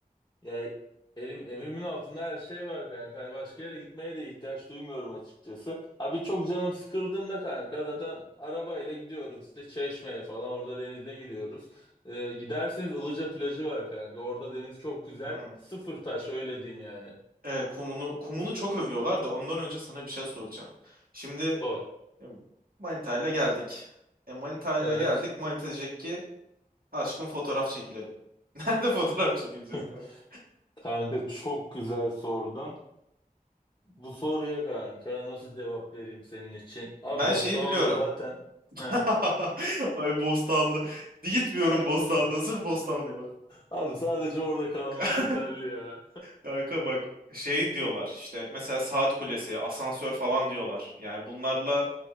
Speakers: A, on the left; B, on the right.
A: Yani elim, evimin altında her şey var kanka. Hani başka yere gitmeye de ihtiyaç duymuyorum açıkçası. Abi çok canım sıkıldığında kanka zaten arabayla gidiyoruz işte Çeşme'ye falan orada denize giriyoruz. Ee, giderseniz Ilıca plajı var kanka. Orada deniz çok güzel.
B: Hmm.
A: Sıfır taş öyle diyeyim yani.
B: Evet, kumunu kumunu çok övüyorlar da ondan önce sana bir şey soracağım. Şimdi
A: Sor.
B: e, Manita ile geldik. E, Manita ile
A: Evet.
B: geldik. Manita diyecek ki aşkım fotoğraf çekilelim. <laughs> Nerede fotoğraf çekileceğiz
A: <laughs>
B: kanka?
A: Kanka çok güzel sordun. Bu soruya kanka nasıl cevap vereyim senin için? Abi
B: Ben
A: Bostanlı'da
B: şeyi biliyorum.
A: zaten
B: <laughs>
A: Heh.
B: Ay Bostanlı. Gitmiyorum
A: <laughs>
B: Bostan'da. Sırf Bostan'dayım artık.
A: Abi sadece orada kalman
B: <laughs>
A: yeterli ya.
B: Kanka bak şey diyorlar işte mesela saat kulesi, asansör falan diyorlar. Yani bunlarla